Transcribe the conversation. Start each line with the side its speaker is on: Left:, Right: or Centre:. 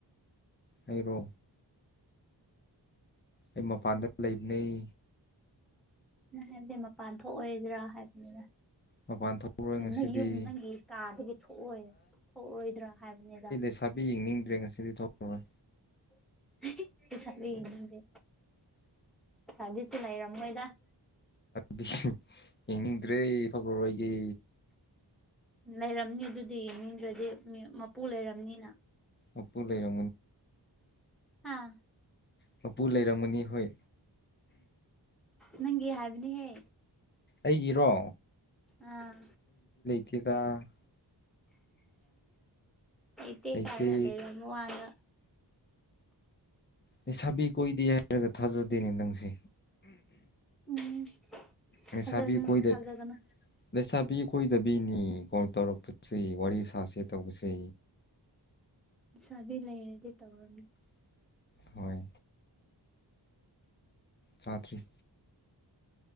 Left: ꯑꯩꯕꯣ ꯑꯩ ꯃꯄꯥꯟꯗ ꯂꯩꯕꯅꯦꯩ
Centre: ꯍꯥꯏꯕꯗꯤ ꯃꯄꯥꯟ ꯊꯣꯛꯑꯣꯗ꯭ꯔꯥ ꯍꯥꯏꯕꯅꯤꯅ
Left: ꯃꯄꯥꯟ ꯊꯣꯛꯔꯣꯏ ꯉꯁꯤꯗꯤ
Centre: ꯅꯪ ꯌꯨꯝ ꯅꯪꯒꯤ ꯀꯥꯗꯒꯤ ꯊꯣꯛꯑꯣ ꯊꯣꯛꯔꯣꯏꯗ꯭ꯔꯥ ꯍꯥꯏꯕꯅꯤꯗ
Left: ꯄꯁꯥꯕꯤ ꯌꯦꯡꯅꯤꯡꯗ꯭ꯔꯦ ꯉꯁꯤꯗꯤ ꯊꯣꯛꯈꯔꯣꯏ
Centre: <inaudible> ꯄꯕꯤ ꯌꯦꯅꯤꯡꯗꯦ ꯆꯥꯕꯤꯁꯨ ꯂꯩꯔꯝꯃꯣꯏꯗ
Left: ꯕꯤ ꯌꯦꯡꯅꯤꯡꯗ꯭ꯔꯦ ꯐꯏꯒꯤ
Centre: ꯂꯩꯔꯝꯅꯤ ꯑꯗꯨꯗꯤ ꯌꯦꯡꯅꯤꯡꯗ꯭ꯔꯗꯤ ꯃꯄꯨ ꯂꯩꯔꯕꯝꯅꯤꯅ
Left: ꯑꯣꯄ ꯂꯩꯔꯣ
Centre: ꯍꯥꯥ
Left: ꯃꯄꯨ ꯂꯩꯔꯝꯃꯅꯤ ꯍꯣꯏ
Centre: ꯅꯪꯒꯤ ꯍꯥꯏꯕꯅꯦꯍꯦ
Left: ꯑꯩꯒꯤꯔꯣ
Centre: ꯑꯥ
Left: ꯊꯤꯀ
Centre: ꯑꯇꯦ
Left: ꯂꯩꯇꯦ
Centre: ꯀꯥꯏꯅ ꯋꯥꯉ <inaudible>
Left: ꯑꯩ ꯁꯥꯕꯤ ꯀꯣꯏꯗꯦ ꯍꯥꯏꯔꯒ ꯊꯥꯖꯗꯦꯅꯦ ꯅꯪꯁꯦ
Centre: ꯎꯝ
Left: ꯂꯩꯁꯥꯕꯤ
Centre: ꯊꯥꯖꯒꯅꯨ
Left: ꯀꯣꯏꯗ
Centre: ꯊꯥꯖꯒꯅꯨ
Left: ꯂꯩꯁꯥꯕꯤ ꯀꯀꯣꯏꯗꯕꯤꯅꯤ ꯀꯣꯜ ꯇꯧꯔꯛꯄꯁꯤ ꯋꯥꯔꯤ ꯁꯥꯁꯤꯦ ꯇꯧꯕꯁꯦ
Centre: ꯁꯥꯕꯤ ꯂꯩꯔꯗꯤ ꯇꯧꯔꯝꯅꯤ
Left: ꯍꯣꯏ ꯆꯥꯇ꯭ꯔꯤ